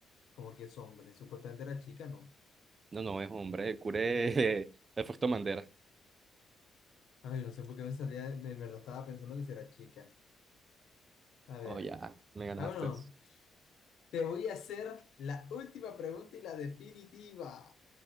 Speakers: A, on the left; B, on the right.
A: como que es hombre. Supuestamente era chica, ¿no?
B: No, no es hombre. El curé. <laughs> El Fausto Mandera.
A: Ay, no sé por qué me salía, en verdad estaba pensando que si era chica. A ver.
B: Oh, ya. Me ganaste.
A: Ah, bueno. Te voy a hacer la última pregunta y la definitiva.